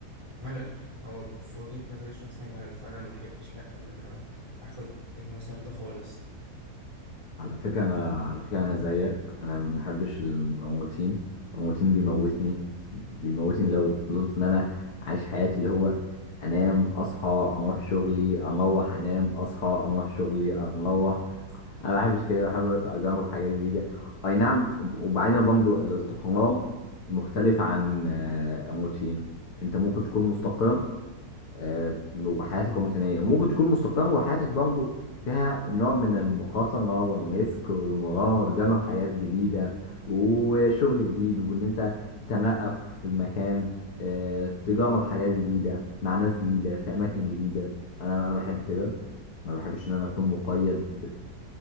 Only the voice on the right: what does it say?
ملل هو في وجهه نظري الشخصيه ملل فانا ما احبش لا ان انا اخد المسار ده خالص